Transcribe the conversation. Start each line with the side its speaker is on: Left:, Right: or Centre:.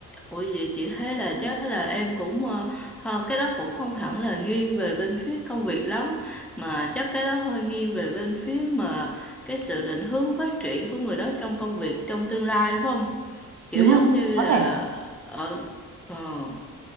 Centre: Ủa vậy chị thấy là chắc là em cũng ờ, ờ, cái đó cũng không hẳn là nghiêng về bên phía công việc lắm mà chắc cái đó hơi nghiêng về bên phía mà cái sự định hướng phát triển của người đó trong công việc trong tương lai phải không? Kiểu
Right: đúng
Centre: giống
Right: không
Centre: như
Right: có
Centre: là
Right: thể
Centre: ở ờ